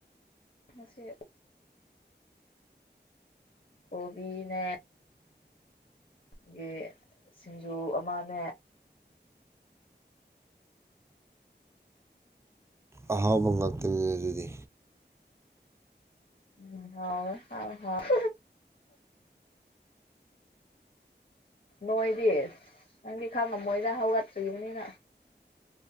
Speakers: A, on the left; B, on the right.
A: ꯉꯁꯤ ꯀꯣꯕꯤꯅꯦ ꯒꯤ ꯁꯤꯡꯖꯨ ꯑꯃꯅꯦ
B: ꯑꯍꯥꯎꯕ ꯉꯥꯛꯇꯅꯤꯅ ꯑꯗꯨꯗꯤ
A: ꯎꯝ ꯍꯥꯎꯋꯦ ꯍꯥꯎꯋꯦ ꯍꯥꯎꯋꯦ ꯅꯣꯏꯗꯤ ꯅꯪꯗꯤ ꯈꯪꯉꯝꯃꯣꯏꯗ ꯍꯧꯒꯠꯇꯔꯤꯕꯅꯤꯅ